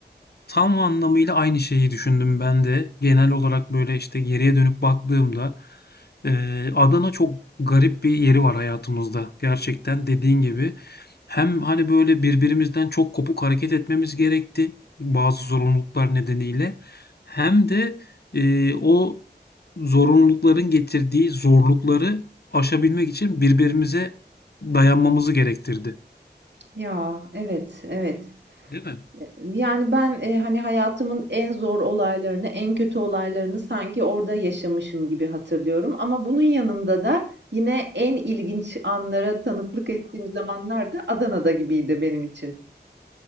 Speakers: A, on the left; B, on the right.
A: Tam anlamıyla aynı şeyi düşündüm ben de. Genel olarak böyle işte geriye dönüp baktığımda eee, Adana çok garip bir yeri var hayatımızda. Gerçekten dediğin gibi hem hani böyle birbirimizden çok kopuk hareket etmemiz gerekti bazı zorunluluklar nedeniyle. Hem de eee, o zorunlulukların getirdiği zorlukları aşabilmek için birbirimize dayanmamızı gerektirdi.
B: Ya evet, evet.
A: Değil mi?
B: Yani ben, eee, hani, hayatımın en zor olaylarını, en kötü olaylarını sanki orada yaşamışım gibi hatırlıyorum ama bunun yanında da yine en ilginç anlara tanıklık ettiğim zamanlar da Adana'da gibiydi benim için.